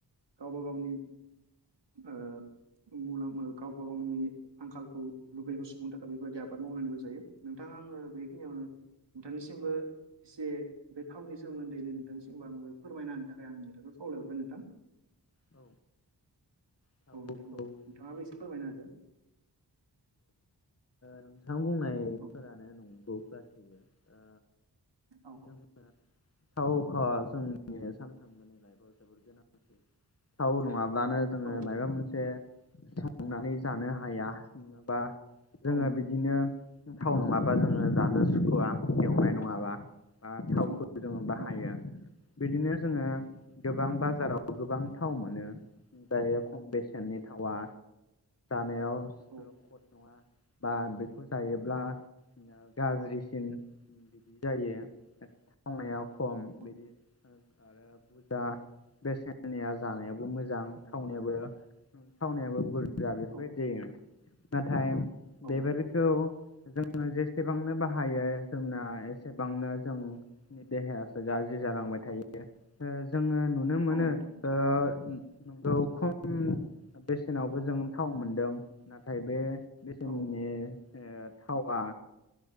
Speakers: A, on the right; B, on the left.
A: गावबा गावनि ओ मुलाम गावबा गावनि आंखालखौ लुबैनायखौ सुबुंनो थाखाय बेबायदि आबाद मावनानैबो जायो नोंथांङा आंङो खिनियावनो नोंथांनिसिमबो एसे बे थावनि सोमोन्दैनो नोंथांनिसिमबो आंङो फोरमायना होनो थाखाय आं नोंथांखौ खावल हरबाय नोंथां
B: औ थावखौ
A: औ नोंथां औ नोंथांङा बो एसे
B: औ
A: फोरमायना होदो
B: नोंथां बुंनायफोरानो
A: औ
B: नंगौ गासैयो ओ
A: औ
B: जोंङो थावखौ जोंनि सानफ्रामबोनि लाइफआव जोबोद गोनांथि थाव नंङा नंङाब्लानो जोंङो
A: औ
B: मायबा मोनसे संनानै जानो हाया बा जोंङो
A: औ नोंथां
B: बिदिनो थाव नंङाबा जोंङो जानो सुखुवा एवनाय नंङाबा बा थावखौ
A: औ
B: जोंङो बाहायो
A: औ
B: बिदिनो जोंङो गोबां बाजाराव गोबां थाव मोनो ओमफ्रायो खम बेसेन नि थाव‌वा नायाव
A: औ
B: खद नंङा बा बेखौ जायोब्ला गाज्रिसिन
A: औ नोंथां
B: बि बिदि जायो थावनाया खम
A: औ
B: बिदि
A: नोंथां
B: आरो बुरजा बेसेननिया जानायाबो मोजां थावनायाबो थावनायाबो बुरज जा बेफोरबायदि
A: औ
B: जायो नाथाय बेफोरखौ
A: नोंथां
B: जोंङो जेसेबांनो बाहायो जोंना एसेबांनो जोंनि देहायासो गाज्रि जालांबाय थायो ओ जोंङो नुनो
A: औ
B: मोनो
A: नोंथां
B: ओ नोंगौ खम बेसेनावबो जों थाव मोनदों नाथाय बे बेसेननि
A: औ
B: ओ थावआ